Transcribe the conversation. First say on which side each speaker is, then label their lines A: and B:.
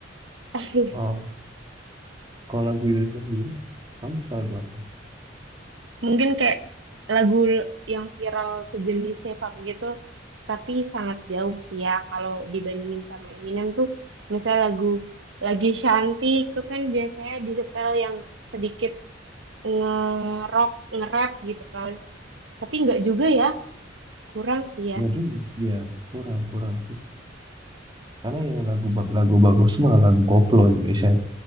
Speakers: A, on the right; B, on the right.
A: <laughs>
B: wow kalau lagu Indonesia sendiri kamu suka lagu apa
A: Mungkin kayak lagu yang viral sejenis hip hop gitu, tapi sangat jauh sih ya kalau dibandingin sama Eminem tuh, misalnya lagu lagi cantik tuh kan biasanya disetel yang sedikit nge-rock, nge-rap gitu kan. Tapi nggak juga ya, kurang sih ya.
B: Enggak juga ya kurang kurang Karena yang lagu ba- lagu bagus mah lagu koplo Indonesia.